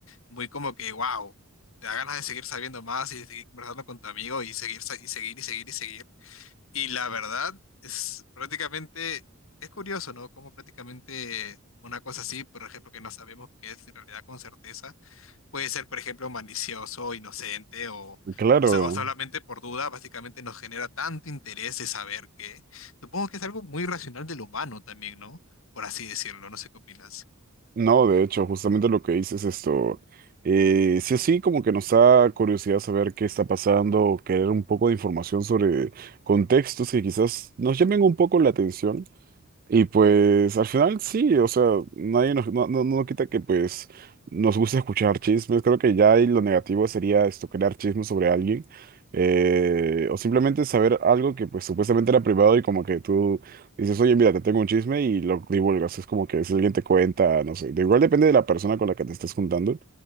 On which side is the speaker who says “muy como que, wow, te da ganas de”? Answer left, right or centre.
Left